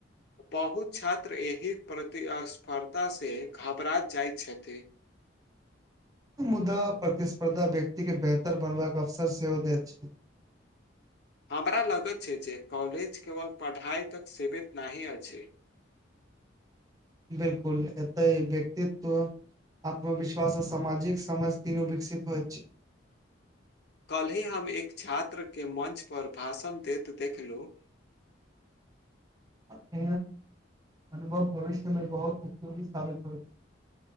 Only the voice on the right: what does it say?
मुदा प्रतिस्पर्धा व्यक्ति के बेहतर बनबाक अवसर सेहो दैत छै
बिलकुल एतऽहि व्यक्तित्व आत्मविश्वास आ सामाजिक समाज तिनू विकसित होयत छै
अ अनुभव भविष्यमे बहुत उपयोगी साबित होइ छै